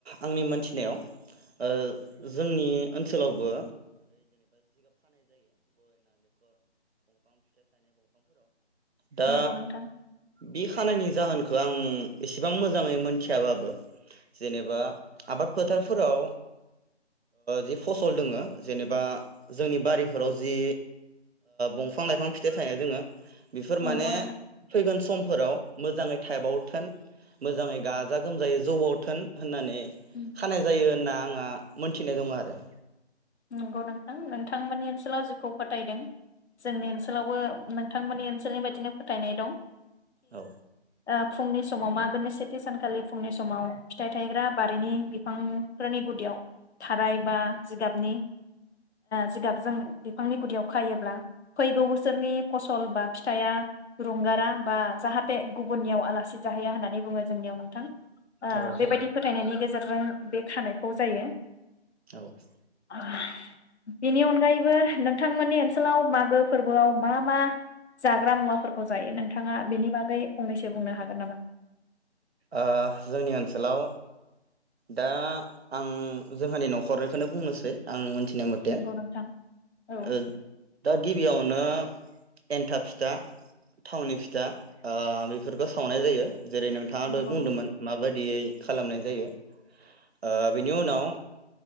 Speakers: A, on the right; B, on the left.
A: आंनि मोनथिनायाव ओ जोंनि ओनसोलावबो दा
B: नंगौ नोंथां ।
A: बे खानायनि जाहोनखौ आं एसेबां मोजाङै मोनथियाबाबो जेनेबा आबाद फोथारफोराव जि फसल दोङो जेनेबा जोंनि बारिफोराव जि दंफां लाइफां फिथाइ थायनाय दोङो बेफोर माने
B: नंगौ
A: फैगोन समफोराव मोजाङै टाइबाव थोन मोजाङै गाजा गोमजायै जौबावथोन होननानै
B: नोंथां
A: खानाय जायो होनना ङा मोनथिनाय दङ' आरो
B: नंगौ नोंथां नोंथांमोननि ओनसोलाव जिखौ फोथायदों जोंनि ओनसोलावबो नोंथांमोननि ओनसोलनि बायदिनो फोथायनाय दं ।
A: औ ।
B: ओ फुंनि समाव मागोनि सेथि सानखालि फुंनि समाव फिथाइ थायग्रा बारिनि बिफांफोरनि गुदियाव थाराय बा जिगाबनि ओ जिगाबजों बिफांनि गुदियाव खायोब्ला फैगौ बोसोरनि फसल बा फिथाया रुंगारा बा जाहाथे गुबुननियाव आलासि जाहैया होननानै बुङो जोंनियाव नोंथां । ओ
A: औ
B: बेबायदि
A: औ
B: फोथायनायनि गेजेरजों बे खानायखौ जायो ।
A: औ ।
B: <inaudible> बेनि अनगायैबो नोंथा थांमोननि ओनसोलाव मागो फोरबोआव मा मा जाग्रा मुवाफोर खौ जायो नोंथाङा बेनि बागै फंनैसो बुंनो हागोन नामा?
A: ओ जोंनि ओनसोलाव दा आं जोंहानि न'खरनिखौनो बुंनोसै आं मोनथि नो मथे
B: नंगौ नोंथां औ
A: ओ दा गिबियावनो एन्थाब फिथा, थावनि फिथा ओ बेफोरखौ सावनाय जायो। जेरै नोंथाङा
B: नंगौ
A: दहाय बुंदोंमोन माबाय दियै खालामनाय जायो ओ बेनि उनाव